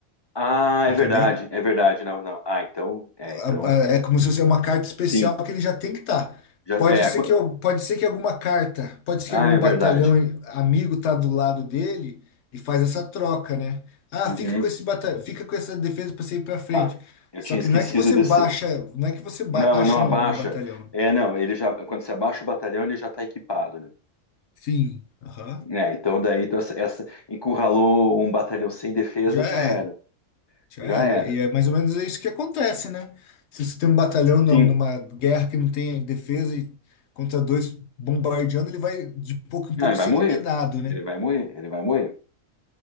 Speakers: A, on the left (about 45°); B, on the left (about 65°).
A: Ah,
B: Entendeu?
A: é verdade, é verdade. Não, não. Ah, então. É, então.
B: A- a- É como se fosse uma carta especial
A: Sim.
B: que ele já tem que estar.
A: Já,
B: Pode
A: é,
B: ser
A: qu-
B: que, eu- pode ser que alguma carta, pode ser
A: ah,
B: que algum
A: é verdade.
B: batalhão amigo tá do lado dele e faz essa troca, né? Ah,
A: Uhum,
B: fica com esse batalhão, fica com essa defesa para você ir para frente.
A: tá. Eu
B: Só
A: tinha
B: que
A: esquecido
B: não é que você
A: desse.
B: baixa, não é que você baixa
A: Não, não abaixa.
B: no, no batalhão.
A: É, não, ele já. Quando você abaixa o batalhão, ele já está equipado, né?
B: Sim, aham.
A: É, então daí então essa, essa- encurralou um batalhão sem defesa,
B: Já
A: já
B: é.
A: era,
B: Já
A: já
B: era.
A: era.
B: E é mais ou menos isso que acontece, né? Se você tem um batalhão num-
A: Sim.
B: numa guerra que não tem defesa e contra dois bombardeando, ele vai de pouco em
A: Não,
B: pouco
A: ele
B: sendo
A: vai morrer.
B: minado, né?
A: Ele vai morrer, ele vai morrer.